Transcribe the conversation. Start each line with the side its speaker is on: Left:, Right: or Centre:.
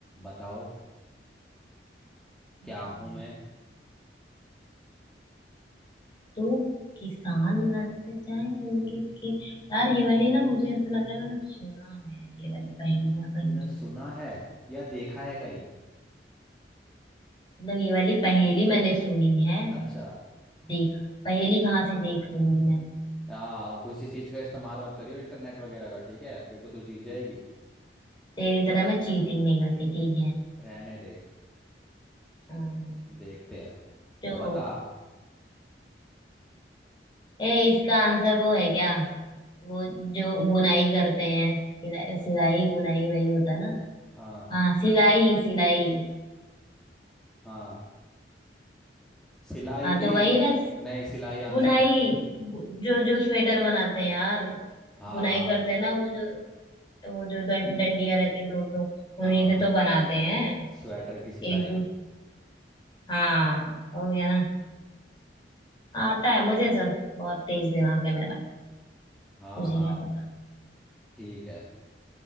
Centre: बताओ
Left: हाँ,
Centre: क्या हूं मैं
Left: तो किसान लड़ते जाएं उनके के यार ये वाली ना मुझे ऐसा लग रहा है मैंने सुना है ये वाली पहेलियां कहीं
Centre: तूने
Left: तो
Centre: सुना है या देखा है कहीं
Left: मतलब ये वाली पहेली मैंने सुनी है
Centre: अच्छा
Left: देख पहेली कहाँ से देख लूंगी मैं
Centre: आ किसी चीज का इस्तेमाल मत करियो इंटरनेट वगैरह का ठीक है फिर तो तू जीत जाएगी
Left: तेरी तरह मैं चीटिंग नहीं करती ठीक है
Centre: रहने दे
Left: हाँ।
Centre: देखते हैं
Left: तो
Centre: बता
Left: ए इसका आंसर वो है क्या वो जो बुनाई करते हैं सिलाई सिलाई बुनाई वही होता है ना
Centre: हाँ
Left: हाँ सिलाई सिलाई
Centre: हाँ सिलाई
Left: हाँ तो
Centre: नहीं
Left: वही ना
Centre: नहीं सिलाई
Left: बुनाई
Centre: आंसर नहीं
Left: बु- जो जो स्वेटर बनाते हैं यार
Centre: हाँ
Left: बुनाई
Centre: हाँ
Left: करते हैं ना वो जो वो जो डं- डंडियां रहती हैं दो दो
Centre: हाँ
Left: उन्हीं से
Centre: हाँ
Left: तो बनाते हैं
Centre: स्वेटर की सिलाई
Left: एक दू हाँ हो गया ना आता है मुझे सब बहुत तेज दिमाग है मेरा
Centre: हाँ
Left: तुझे
Centre: हाँ
Left: क्या पता
Centre: ठीक है